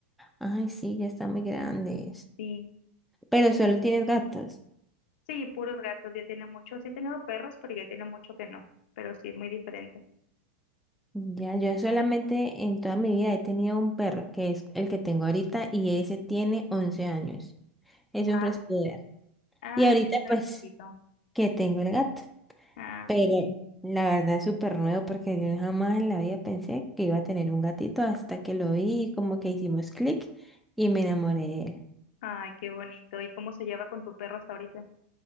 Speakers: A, in the centre; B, on the left.
A: Ay, sí, ya están muy grandes.
B: Sí,
A: Pero solo tienes gatos.
B: sí, puros gatos, ya tiene mucho. Sí he tenido perros, pero ya tiene mucho que no. Pero sí, es muy diferente.
A: Ya, yo solamente en toda mi vida he tenido un perro, que es el que tengo ahorita, y ese tiene 11 años. Es
B: Guau,
A: un fresco.
B: Ah,
A: Y ahorita,
B: ya está
A: pues,
B: grandecito.
A: que tengo el gato.
B: Ah,
A: Pero
B: ok.
A: la verdad es súper nuevo porque yo jamás en la vida pensé que iba a tener un gatito hasta que lo vi y como que hicimos clic y me enamoré de él.
B: Ay, qué bonito. ¿Y cómo se lleva con tu perro hasta ahorita?